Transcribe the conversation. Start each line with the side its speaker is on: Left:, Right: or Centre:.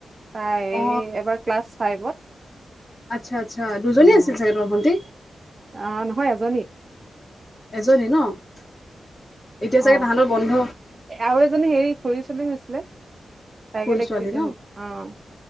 Right: তাই
Left: অ
Right: এই, এবাৰ ক্লাছ ফাইভত।
Left: আচ্ছা, আচ্ছা! দুজনী
Right: উম,
Left: আছিল চাগে তোমাৰ ভন্টি?
Right: অ'! নহয়, এজনী।
Left: এজনী ন'? এতিয়া চাগে,
Right: অ
Left: তাহাঁতৰ বন্ধ?
Right: আৰু এজনী, সেৰি, খুড়ী চোৱালী হৈছিলে। তাইকে
Left: খুৰী
Right: দেখি,
Left: ছোৱালী
Right: অ'।
Left: ন